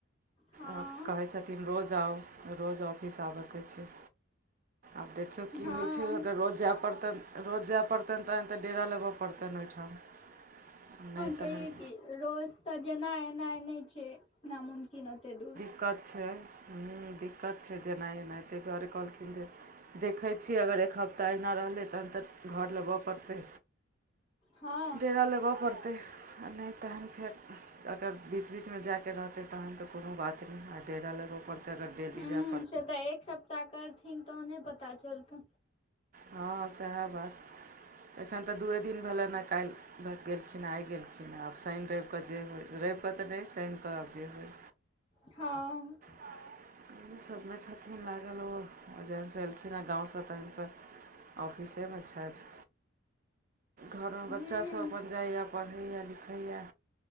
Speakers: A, on the left; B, on the right.
A: हँ
B: आ कहै छथिन रोज आउ रोज ऑफिस आबयके छै आब देखियौ की
A: हँ
B: होइ छै, अगर रोज जाय पड़तन, रोज जाय पड़तन, तहन तऽ डेरा लेबऽ पड़तन ओहिठाम। <inaudible>
A: छै
B: तखन
A: ये की रोज तऽ जेना एना नहि छै, नामुमकिन ओते दूर।
B: दिक्कत छै हँ, दिक्कत छै, जेना एना ताहि दुआरे कहलखिन जे। देखै छियै अगर एक हफ्ता अहिना रहलै तखन तऽ घर लेबय पड़तै
A: हँ
B: डेरा लेबय पड़तै आ नहि तहन फेर अगर बीच बीच मे जाइके रहतै तहन तऽ कोनो बात नहि आ डेरा लेबऽ पड़तै अगर डेली
A: हूँ
B: जायब
A: से तऽ एक सप्ताह करथिन तहने पता चलते
B: हँ सएह बात एखन तऽ दूए दिन भेलनि हँ काल्हि गेलखिन आइ गेलखिन हँ आब शानन रविके जे होइ रविकऽ तऽ नहि शानिक कऽ आब जे होइ
A: हँ
B: ह समी सभमे छथिन लागल ओ आ जखनसँ एलखिन हे गाँव सँ तखन सँ ऑफिसे मे छथि घरमे
A: हूँ
B: बच्चासभ अपन जाइए पढ़ैए लिखैए